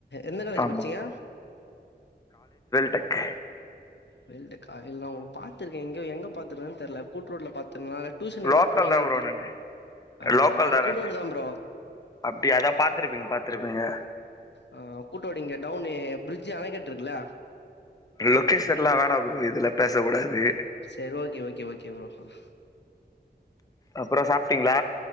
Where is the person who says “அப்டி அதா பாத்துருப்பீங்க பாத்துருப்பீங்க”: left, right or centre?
Left